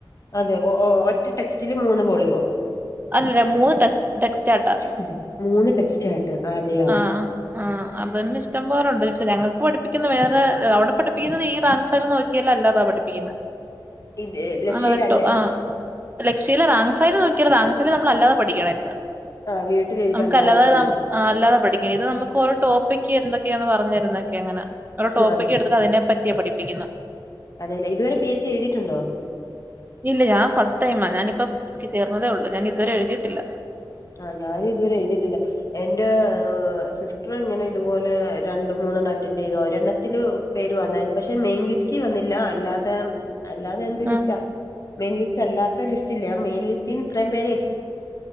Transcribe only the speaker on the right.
അല്ല മൂന്ന് ഡസ്റ്റ് ടെക്സ്സ് ആട്ടാ
ആഹ് ആഹ് അതന്നെ ഇഷ്ടം പോലുണ്ട് പക്ഷെ ഞങ്ങക്ക് പഠിപ്പിക്കുന്നത് വേറെ അവിടെ പഠിപ്പിക്കുന്നത് ഈ റാങ്ക് ഫയല് നോക്കി ക്കിയലല്ലതാ പഠിപ്പിക്കുന്നേ
<unintelligible> ആഹ് ലക്ഷിയില് റാങ്ക് ഫയൽ നോക്കിയാ റാങ്ക്ഫയൽ നമ്മള്അല്ലാതെ പഠിക്കണായിരുന്നു.
നമുക്കല്ലാതെ
ആഹ് അല്ലാതെ പഠിക്കണത്. ഇത് നമുക്ക് ഒരു ടോപ്പിക്ക് എന്തൊക്കെയാന്ന് പറഞ്ഞു തരുന്നൊക്കെ അങ്ങനാ. അവരുടെ ടോപ്പിക്
എടുത്തിട്ട് അതിനെ പറ്റിയാ പഠിപ്പിക്കുന്നേ
ഇല്ല ഞാൻ ഫസ്റ്റ് ടൈംമാ ഞാനിപ്പം ചേർന്നതേ ഉള്ളൂ ഞാൻ ഇതുവരെ എഴുതിയിട്ടില്ല.
ഉം